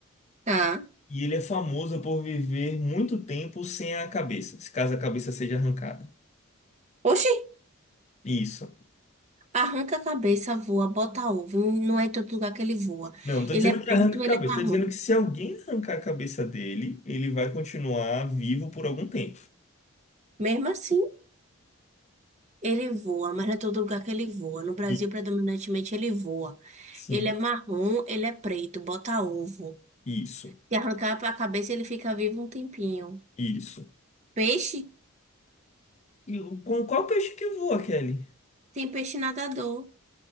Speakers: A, on the right; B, on the left.
A: Tá.
B: E ele é famoso por viver muito tempo sem a cabeça, se caso a cabeça seja arrancada.
A: Oxi,
B: Isso.
A: arranca a cabeça, voa, bota ovo. Não é em todo lugar que ele voa.
B: Não, não tô
A: Ele
B: dizendo
A: é preto,
B: que arranca a cabeça,
A: ele é marrom.
B: tô dizendo que se alguém arrancar a cabeça dele, ele vai continuar vivo por algum tempo.
A: Mesmo assim. Ele voa, mas não é todo lugar que ele voa. No Brasil,
B: E-
A: predominantemente, ele voa.
B: Sim,
A: Ele é marrom, ele é preto, bota ovo.
B: isso,
A: Se arrancar a cabeça, ele fica vivo um tempinho.
B: isso.
A: Peixe?
B: E o- com qual peixe que voa, Kelly?
A: Tem peixe nadador.